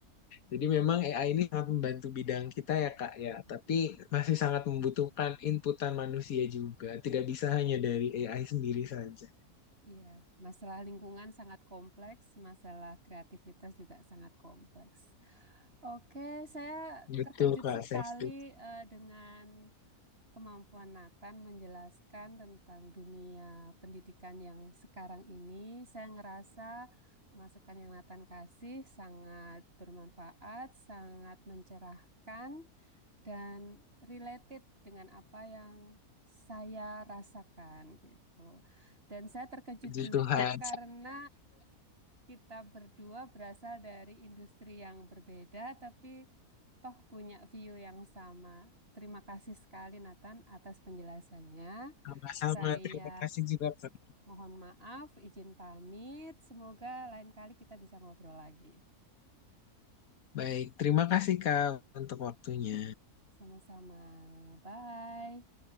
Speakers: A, on the left; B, on the right.
A: Jadi memang AI ini sangat membantu bidang kita ya Kak ya,
B: <laughs>
A: tapi masih sangat membutuhkan inputan manusia juga. Tidak bisa hanya dari AI sendiri saja.
B: Iya, masalah lingkungan sangat kompleks, masalah kreativitas juga sangat kompleks. Oke, saya
A: Betul
B: terkejut
A: Kak,
B: sekali
A: saya setuju.
B: eh, dengan kemampuan Nathan menjelaskan tentang dunia pendidikan yang sekarang ini. Saya ngerasa masukan yang Nathan kasih sangat bermanfaat, sangat mencerahkan dan related dengan apa yang saya rasakan gitu. Dan saya terkejut
A: Puji
B: juga
A: Tuhan.
B: karena kita berdua berasal dari industri yang berbeda, tapi toh punya view yang sama. Terima kasih sekali Nathan atas penjelasannya.
A: Sama-sama,
B: Saya
A: terima kasih juga Kak.
B: mohon maaf, izin pamit. Semoga lain kali kita bisa ngobrol lagi.
A: Baik, terima kasih Kak untuk waktunya.
B: Sama-sama. Bye.